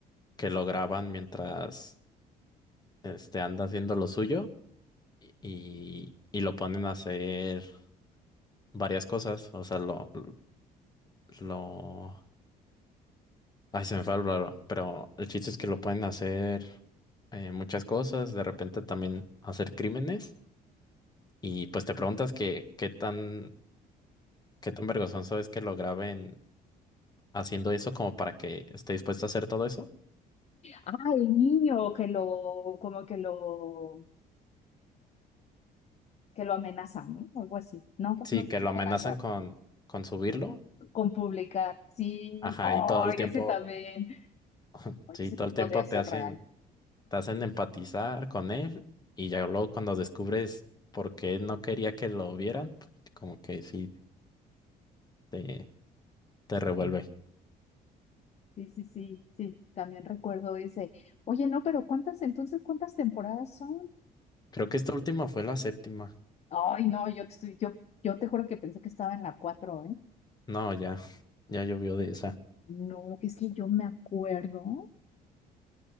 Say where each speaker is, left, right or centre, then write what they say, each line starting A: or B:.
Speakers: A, on the left (about 25°); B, on the left (about 40°).
A: que lo graban mientras este, anda haciendo lo suyo y, y lo ponen a hacer. varias cosas, o sea, lo, lo, ay, se me fue el raro, pero el chiste es que lo pueden hacer eh, muchas cosas, de repente también hacer crímenes, y pues te preguntas que, qué tan, qué tan vergonzoso es que lo graben haciendo eso como para que esté dispuesto a hacer todo eso.
B: Ah, el niño que lo, como que lo, que lo amenazan, ¿no? Algo así. No,
A: Sí,
B: no es
A: que lo
B: amenazar,
A: amenazan con, con subirlo,
B: con publicar. Sí,
A: ajá,
B: ay,
A: y todo el tiempo,
B: ese también.
A: <laughs>
B: Ay,
A: sí,
B: Ese
A: todo
B: sí
A: el
B: podría
A: tiempo
B: ser
A: te hacen
B: real.
A: te hacen empatizar con él y ya luego cuando descubres por qué no quería que lo vieran, como que sí te, te revuelve.
B: Sí, sí, sí, sí, también recuerdo ese. Oye, no, pero ¿cuántas entonces, cuántas temporadas son?
A: Creo que esta última fue la séptima.
B: Ay, no, yo te estoy, yo, yo te juro que pensé que estaba en la 4, ¿eh?
A: No, ya, <laughs> ya llovió de esa.
B: No, es que yo me acuerdo